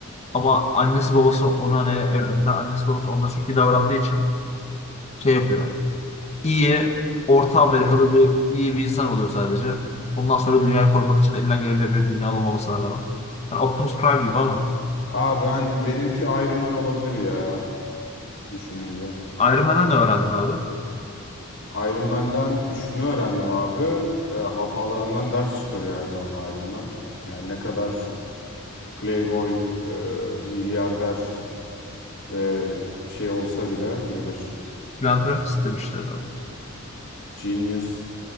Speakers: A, on the left (about 30°); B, on the left (about 65°).
A: Ama annesi babası ona hani evlerinden annesi babası ona çok iyi davrandığı için şey yapıyor. İyi, Orta Amerikalı bir iyi bir insan oluyor sadece. Ondan sonra dünyayı korumak için elinden geleni yapıyor dünyalı olmamasına rağmen. Yani Optimus Prime gibi ama.
B: Aa ben benimki Iron Man olabilir ya düşününce.
A: Iron Man'den ne öğrendin abi?
B: Iron Man'den şunu öğrendim abi. e, Hatalarından ders çıkarıyor her zaman Iron Man. Yani ne kadar playboy, e, milyarder Ve şey olsa bile nedir?
A: Philanthropist
B: Ee,
A: demişler abi.
B: genius